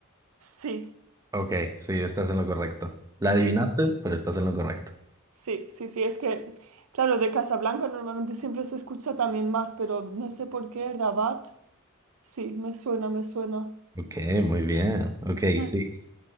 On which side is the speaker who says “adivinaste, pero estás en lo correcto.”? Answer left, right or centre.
Right